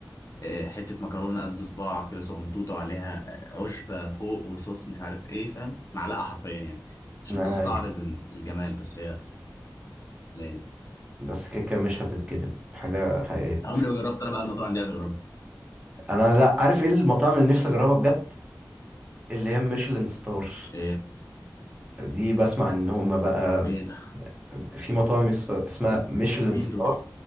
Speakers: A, on the left; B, on the right.
A: آه، حتة مكرونة قد صباع كده صغنطوطة وعليها آه، عشبة فوق وصوص مش عارف ايه فاهم معلقة حرفيا يعني عشان
B: انا
A: تستعرض
B: أيوة.
A: الجمال بس هي قليلة
B: بس كده كده مش هتتكتب حاجه حقيقيه
A: عمري ما جربت انا بقى المطاعم دي عايز اجربها
B: انا لا عارف ايه المطاعم اللي نفسي اجربها بجد اللي هي ميشلان ستار
A: ايه
B: دي بسمع ان هما بقى
A: ايه ده
B: في مطاعم يس- اسمها ميشلان
A: مين
B: ستار
A: دول